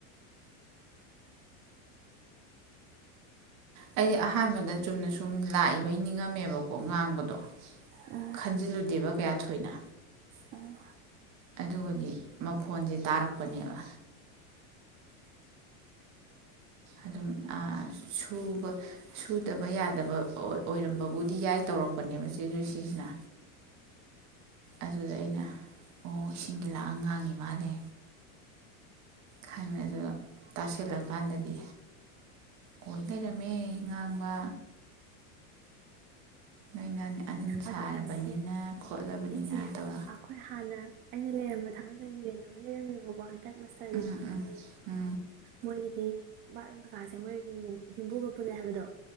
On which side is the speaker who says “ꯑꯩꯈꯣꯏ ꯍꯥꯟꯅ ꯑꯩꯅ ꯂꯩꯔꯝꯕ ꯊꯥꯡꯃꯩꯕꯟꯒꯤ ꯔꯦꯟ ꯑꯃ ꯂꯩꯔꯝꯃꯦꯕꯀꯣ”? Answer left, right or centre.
Right